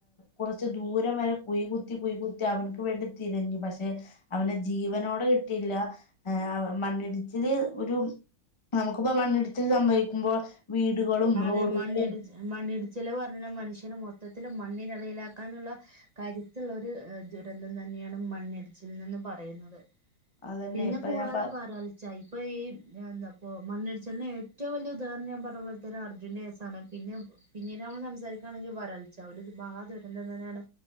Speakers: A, on the left (about 20°); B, on the right (about 65°).
A: കൊറച്ച് ദൂരം വരെ കുഴി കുത്തി കുഴി കുത്തി അവനി ക്ക് വേണ്ടി തിരഞ്ഞു പക്ഷെ അവനെ ജീവനോടെ കിട്ടിയില്ല ആഹ് മണ്ണിടിച്ചില് ഒരു നമുക്കിപ്പോ മണ്ണിടിച്ചില് സംഭവിക്കുമ്പോൾ വീടുകളും
B: അതെ
A: റോഡുകളും
B: മണ്ണിടി മണ്ണിടിച്ചില് പറഞ്ഞാൽ മനുഷ്യന് മൊത്തത്തിൽ മണ്ണിനടിയിലാക്കാനുള്ള കരുത്തുള്ള ഒരു ദുരന്തം തന്നെയാണ് മണ്ണിടിച്ചിൽനിന്ന് പറയുന്നത്
A: അതന്നെ
B: പിന്നെ
A: ഇപ്പൊ
B: കൂടാതെ
A: ഞാൻ പ
B: വരൾ ചെൽപ്പോ ഈ എന്താപ്പൊ മണ്ണടിച്ചിലിന് ഏറ്റവും വലിയ ഉദാഹരണം പറഞ്ഞ പോലത്തെ ഒരു അർജുൻന്റെകേസ്സാണ് പിന്നെ പിന്നീട് നമ്മള് സംസാരിക്കുകയാണെങ്കിൽ വരൾച്ച ഒരുര് ബാ ദുരന്തം തന്നെയാണ്